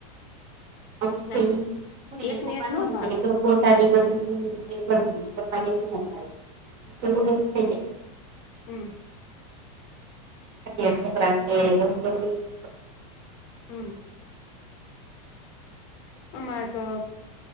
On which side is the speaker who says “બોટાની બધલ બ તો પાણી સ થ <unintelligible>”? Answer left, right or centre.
Right